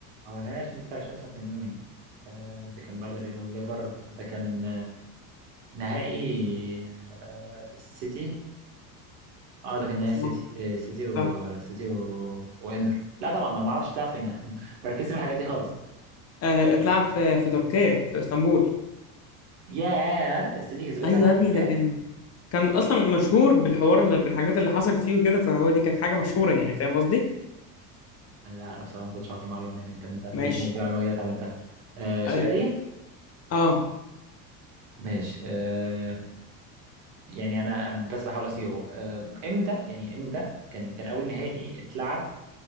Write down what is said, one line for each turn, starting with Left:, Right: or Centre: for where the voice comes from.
Right: هو انا عايش 23 اصلا كان مين ومين آه، ده كان بعد الريال والليفر ده كان آه، نهائي آه، السيتي اه ده كان نهائي
Left: صح
Right: السيتي آه، السيتي والسيتي
Left: صح
Right: و... وانتر لا طبعا انا ما اعرفش تلعب فين <laughs> بركز في الحاجات دي خالص
Left: آه اتلعب في في تركيا في اسطنبول
Right: يا السيتي كسبتها
Left: ايوه
Right: ساعتها
Left: يا
Right: في
Left: ابني
Right: تركيا
Left: ده كان كان اصلا مشهور بالحوار بالحاجات اللي حصلت فيه وكده فهو دي كانت حاجه مشهوره يعني فاهم قصدي
Right: لا انا بصراحه ما كنتش عارف المعلومه يعني انت انت
Left: ماشي
Right: دي دي معلومه جديده اتعلمتها آه، سؤالي
Left: أي- اه
Right: ماشي آه، يعني انا بس بحاول اصيغه آه، امتى يعني امتى كان كان اول نهائي اتلعب